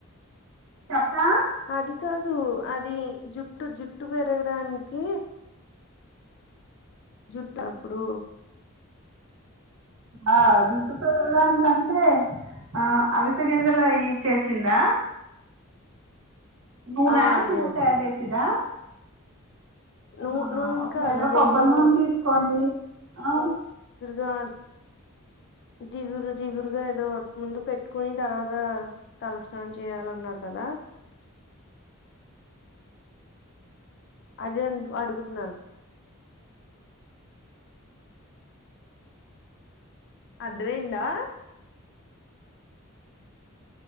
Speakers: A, on the right (about 75°); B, on the left (about 55°).
A: చెప్నా.
B: అది కాదు అది జుట్టు జుట్టు పెరగడానికి. జట్టు అప్పుడు.
A: ఆ జుట్టు పెరగడానికి అంటే. ఆ అవిసగింజలో అయి ఈ చేసిందా! నునా
B: ఆ అదే
A: నూనె
B: అదే
A: తయారు
B: అదే
A: చేసిద్దా
B: నూ
A: ఆ
B: నూనె
A: ఒక
B: కాదు
A: లీటర్
B: అదేదో
A: కొబ్బరి నూనె తీసుకోండి ఆ
B: దుర్గాన్ జిగురు జిగురుగా ఏదో ముందు పెట్టుకొని తర్వాత తలస్నానం జేయాలన్నారు కదా అదే ఎందుక్ అడుగుతున్నాను. అర్థమైందా!